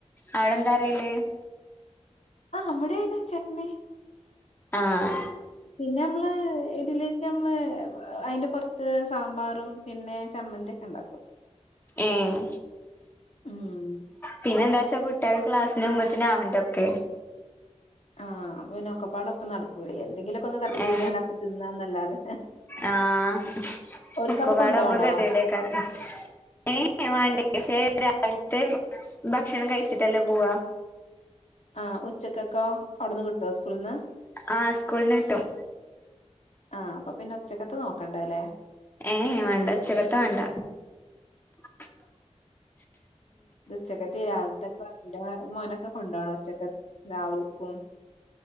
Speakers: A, on the left; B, on the left.
A: അവിടെന്താ അറയല്
B: ആഹ് അവിടെയന്നെ ചട്നി
A: ആഹ്
B: പിന്നമ്മള് ഇതിലേക്ക് നമ്മള് അയ്ന്റെ പുറത്ത് സാമ്പാർ പിന്നെ ചമ്മന്തി ഒക്കെ ഇണ്ടാക്കും
A: ഏഹ്
B: ഉം
A: പിന്നെ എന്താച്ചാ കുട്ട്യാള് ക്ലാസിന് പോവുമ്പോത്തിനു ആവണ്ട ഒക്കെ
B: ആഹ് അപ്പൊ പിന്നെ ഒക്കെ പാടെ ഒപ്പം നടക്കൂലെ എന്തെങ്കിലൊക്കെ ഒന്ന് തട്ടിക്കൂട്ടിയാണ്ട്
A: ഏ
B: അപ്പ തിന്നാന്നല്ലാതെ
A: ആഹ് <unintelligible>
B: ഓൽക്കപ്പൊ കൊണ്ടോണോ
A: ഭക്ഷണം കഴിച്ചിട്ടല്ലേ പോവാ
B: ആഹ് ഉച്ചക്കെക്കോ അവുട്ന്ന് കിട്ടോ സ്കൂളീന്ന്
A: ആഹ് സ്കൂളീന്ന് കിട്ടും
B: ആഹ് അപ്പൊ പിന്നെ ഉച്ചക്കത്തെ നോക്കണ്ടല്ലേ
A: ഏഹ് വേണ്ട ഉച്ചക്കത്ത് വേണ്ട <inaudible>
B: ഉച്ചക്കതേം രാവിലത്തേക്കും ന്റെ മോൻ മോനൊക്കെ കൊണ്ടോണം ഉച്ചക്കത്ത് രാവ്ൽക്കും